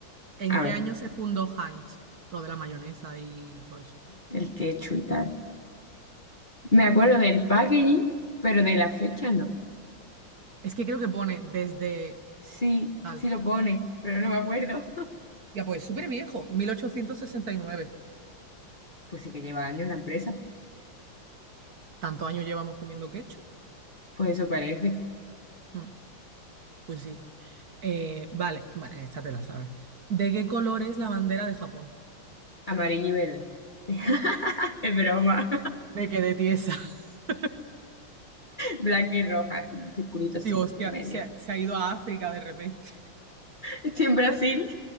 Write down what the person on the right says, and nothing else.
¿En
qué
año se fundó Heinz? Lo de la mayonesa y todo eso.
Es que creo que pone desde
tal.
Ya, pues súper viejo, mil ochocientos sesenta y nueve
¿Tantos años llevamos comiendo ketchup?
Mm, pues sí. Eh, vale, bueno, esta te la sabes. ¿De qué color es la bandera de Japón?
Me quedé tiesa. <laughs>
Digo, hostia,
se ha, se ha ido a África de repente.